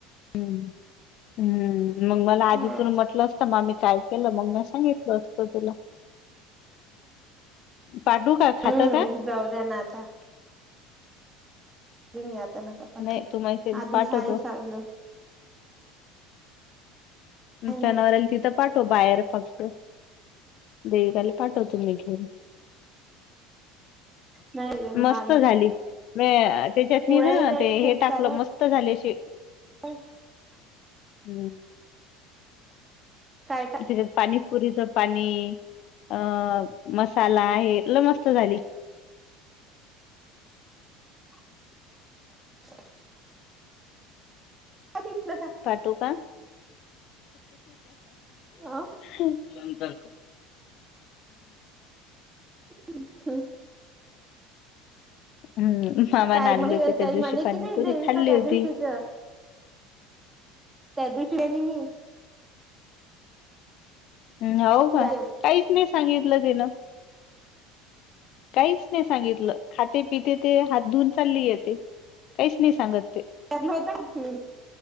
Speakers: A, on the left; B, on the right.
A: हम्, हम्म मग मला
B: ह
A: आधी तून म्हटलं, तर म मी काय केलं. मग मी सांगितलं असतं तुला, पाठवू का खातं
B: हम्म
A: का?
B: जाऊ द्या ना आता त मी आता नका पाठवू.
A: नाही तू म्हणशील
B: आधी
A: पाठवतो
B: साय सारल. नाही ना
A: जनावराला तिथं पाठव बाहेर फक्त. देवीका ला पाठवतो मी. हम.
B: नाही
A: मस्त
B: मामी
A: झाली. म त्याच्यात
B: पोळ्याही
A: ना
B: आहेत
A: ते
B: खूप
A: हे टाकलं
B: साऱ्या
A: मस्त मस्त झाले ते.
B: <unintelligible>
A: हम्म.
B: काय
A: त्याच्यात पाणीपुरीच पाणी अ मसाला हे लय मस्त झाली.
B: <inaudible> सलं का <unintelligible>
A: पाठवू का,
B: आं.
A: हम्म.
B: अ् ह,
A: हम्म मामाने
B: काय
A: आणले
B: म्हणे,
A: होते त्या
B: ताई
A: दिवशी
B: म्हणे,
A: पाणीपुरी
B: की नाही देविका
A: खाल्ली
B: त्या
A: होती
B: दिवशीच <unintelligible>
A: हम्, हो
B: ती
A: का.
B: हम्म
A: काहीच नाही सांगितलं तिनं? काहीच नाही सांगितलं. खाते, पिते ते हात धुवून चालली येते. काहीच नाही सांगत ती.
B: ठरलं होत. हम्म.